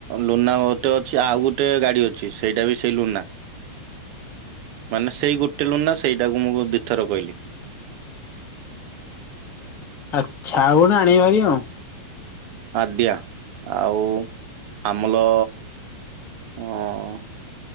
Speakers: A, on the right; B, on the left.
A: ଲୁନା ମତେ ଅଛି ଆଉ ଗୋଟେ ଗାଡି ଅଛି ସେଇଟା ବି ସେଇ ଲୁନା। ମାନେ ସେଇ ଗୋଟେ ଲୁନା ସେଇଟାକୁ ମୁଁ ଦୁଇଥର କହିଲି।
B: ଆଚ୍ଛା ଆଉ କଣ ଆଣେଇବାରି ଆଉ?
A: ଆଦା ଆଉ ଆମର ହଁ